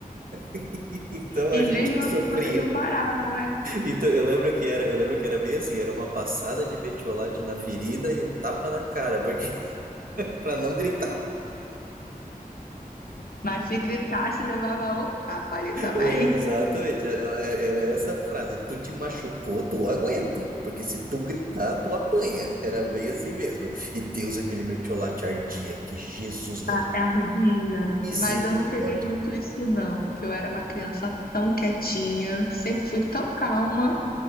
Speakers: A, on the right; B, on the left.
A: <laughs> então
B: e
A: a gente
B: mesmo
A: que sofria.
B: assim vocês não paravam, né?
A: Então eu lembro que era, eu lembro que era bem assim, era uma passada de mertiolate na ferida e um tapa na cara, porque <laughs> para não gritar.
B: Mas se gritasse, levava outro tapa ali
A: É,
B: também.
A: Exatamente, era era essa frase. Tu te machucou, tu aguenta, porque se tu gritar, tu apanha. Era bem assim mesmo. E Deus aquele mertiolate ardia, que Jesus da
B: Ah, é ardia.
A: misericórdia.
B: Mas eu não peguei muito isso, não, porque eu era uma criança tão quietinha, sempre fui tão calma.